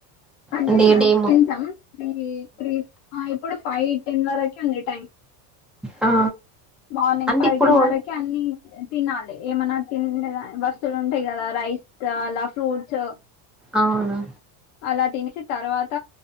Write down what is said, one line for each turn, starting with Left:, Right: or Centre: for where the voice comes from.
Left: అంటె
Centre: అంటే
Left: నైట్
Centre: డేమో
Left: తింటాం త్రీ త్రీ ఆ ఇప్పుడు ఫై రెండున్నర ఐతుంది టైమ్
Centre: ఆ
Left: మార్నింగ్
Centre: అంటే
Left: ఫైవ్
Centre: ఇప్పుడు
Left: టెన్ వరకి అన్ని తినాలి ఏమన్నా తిన్ డనిక్ వస్తులు ఉంటాయి కదా రైస్ కాలా ఫ్రూట్స్
Centre: అవునా
Left: అలా తినెసి తర్వాత